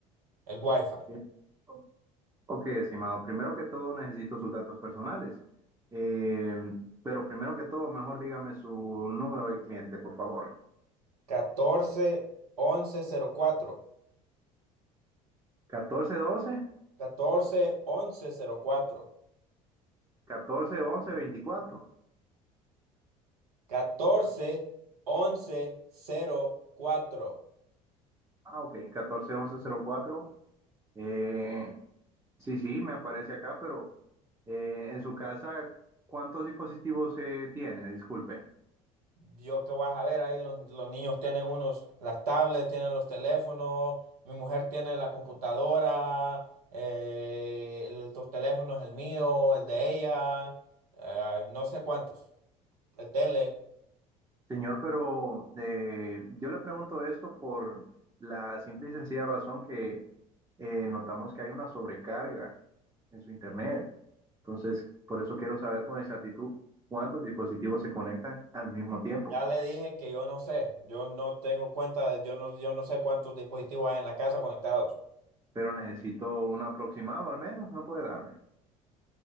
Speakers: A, on the right; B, on the right.
A: el wifi.
B: Eh, o- ok, estimado. Primero que todo, necesito sus datos personales. Eh, pero primero que todo, mejor dígame su número de cliente, por favor.
A: catorce once cero cuatro
B: Catorce catorce doce
A: catorce once cero cuatro
B: catorce once veinticuatro
A: catorce once cero cuatro
B: Ah, ok, catorce once cero cuatro Eh, Sí, sí, me aparece acá, pero eh, en su casa, ¿cuántos dispositivos eh, tiene? Disculpe.
A: Yo que vas a ver ahí, los, los niños tienen unos, las tablets, tienen los teléfonos, mi mujer tiene la computadora, eh, los los teléfonos, el mío, el de ella, eh, no sé cuántos, el tele.
B: Señor, pero eh, yo le pregunto esto por la simple y sencilla razón que eh, notamos que hay una sobrecarga en su internet. Entonces, por eso quiero saber con exactitud cuántos dispositivos se conectan al mismo tiempo.
A: Ya le dije que yo no sé, yo no tengo cuenta, yo no, yo no sé cuántos dispositivos hay en la casa conectados.
B: Pero necesito un aproximado al menos, no puede darme.